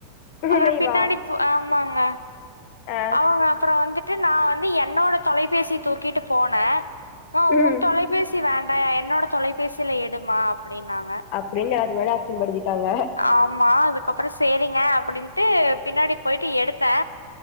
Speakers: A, on the left; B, on the left.
A: நினைவா
B: அப்பறோ பின்னாடி ஆமாங்க
A: ஆ
B: அவங்க அப்பறோ வந்துட் டு நா வந்து என்னோட தொலைபேசி தூக்கிட்டு போன ம்மா
A: ம்
B: உன் தொலைபேசி வேண் டா என்னோட தொலைபேசில எடுமா அப்டினாங்க
A: அப்டின்னு எல்லாத்து முன்னாடி அசிங்கப்படுத்திட்டாங்க
B: ஆமா அதுக்கப்பறோ சேரிங்க அப்டின்ட்டு பின்னாடி போயிட்டு எடுத்தே